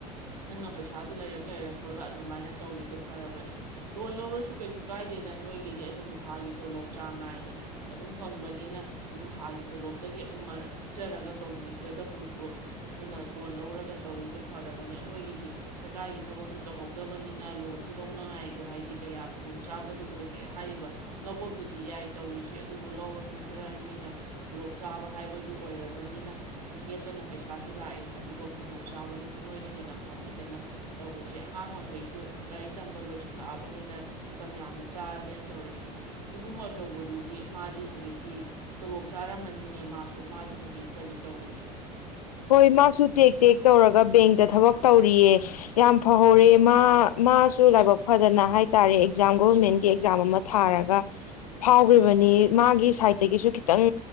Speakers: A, on the right; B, on the left.
A: ꯅꯪꯅ ꯄꯩꯁꯥꯗꯨ ꯂꯩꯔꯛ ꯂꯩꯔꯛꯄꯒ ꯑꯗꯨꯃꯥꯏꯅ ꯇꯧꯔꯤꯗꯨꯣ ꯐꯔꯕꯅꯤ ꯂꯣꯟ ꯂꯧꯔꯁꯨ ꯀꯩꯁꯨ ꯀꯥꯏꯗꯦꯗ ꯅꯣꯏꯒꯤꯗꯤ ꯑꯗꯨꯝ ꯊꯥꯒꯤ ꯇꯣꯂꯣꯞ ꯆꯥꯡ ꯅꯥꯏꯅ ꯑꯗꯨꯝ ꯐꯪꯕꯅꯤꯅ ꯑꯗꯨꯝ ꯊꯥꯒꯤ ꯇꯣꯂꯣꯞꯇꯒꯤ ꯑꯗꯨꯝ ꯀꯛꯆꯔꯒ ꯇꯧꯕꯤꯒꯗꯕꯕꯨ ꯑꯗꯨꯅ ꯂꯣꯟ ꯂꯧꯔꯒ ꯇꯧꯔꯤꯗꯣ ꯐꯔꯕꯅꯤ ꯑꯩꯈꯣꯏꯒꯤꯗꯤ ꯁꯔꯀꯥꯔꯒꯤ ꯊꯕꯛꯁꯨ ꯇꯧꯍꯧꯗꯕꯅꯤꯅ ꯂꯣꯟꯁꯨ ꯂꯧꯅꯉꯥꯏꯗꯣ ꯍꯥꯏꯗꯤ ꯀꯌꯥ ꯈꯨꯗꯣꯡꯆꯥꯥꯕꯗꯨ ꯑꯣꯏꯗ꯭ꯔꯦ ꯍꯥꯏꯔꯤꯕ ꯂꯧꯕꯕꯨ ꯗꯤ ꯌꯥꯏ ꯇꯧꯔꯤꯁꯤ ꯑꯗꯨꯕꯨ ꯂꯧꯔꯁꯨ ꯈꯔ ꯅꯣꯏꯅ ꯇꯣꯂꯣꯞ ꯆꯥꯕ ꯍꯥꯏꯕꯗꯨ ꯑꯣꯏꯔꯕꯅꯤꯅ ꯂꯦꯞꯇꯅ ꯄꯩꯁꯥꯁꯨ ꯂꯥꯛꯑꯦ ꯑꯗꯨꯒ ꯈꯨꯗꯣꯡ ꯆꯥꯕꯗꯨꯁꯨ ꯅꯣꯏꯅ ꯍꯦꯟꯅ ꯐꯪꯉꯤꯗꯅ ꯇꯧꯔꯤꯁꯤ ꯑꯉꯥꯡ ꯃꯈꯩꯁꯨ ꯂꯥꯏꯔꯤꯛ ꯇꯝꯕ ꯂꯣꯏꯁꯤꯜꯂꯛꯑꯕꯅꯤꯅ ꯃꯇꯝ ꯌꯥꯝꯅ ꯆꯥꯔꯕꯅꯤꯅ ꯇꯧꯔꯁꯤ ꯏꯕꯨꯡ ꯑꯆꯧꯕꯗꯨꯗꯤ ꯃꯥꯗꯤ ꯍꯧꯖꯤꯛꯇꯤ ꯇꯣꯂꯣꯞ ꯆꯥꯔꯝꯃꯅꯤꯅꯦ ꯃꯥꯁꯨ ꯃꯥꯗꯤ ꯍꯧꯖꯤꯛ ꯀꯔꯤ ꯇꯧꯔꯤ
B: ꯍꯣꯏ ꯃꯥꯁꯨ ꯇꯦꯛ ꯇꯦꯛ ꯇꯧꯔꯒ ꯕꯦꯡꯇ ꯊꯕꯛ ꯇꯧꯔꯤꯌꯦ ꯌꯥꯝ ꯐꯍꯧꯔꯦ ꯃꯥ ꯃꯥꯁꯨ ꯂꯥꯏꯕꯛ ꯐꯗꯅ ꯍꯥꯏ ꯇꯥꯔꯦ ꯑꯦꯛꯖꯥꯝ ꯒꯣꯚꯔꯃꯦꯟꯒꯤ ꯑꯦꯛꯖꯥꯝ ꯑꯃ ꯊꯥꯔꯒ ꯐꯥꯎꯈ꯭ꯔꯤꯕꯅꯤ ꯃꯥꯒꯤ ꯁꯥꯏꯠꯇꯒꯤꯁꯨ ꯈꯤꯇꯪ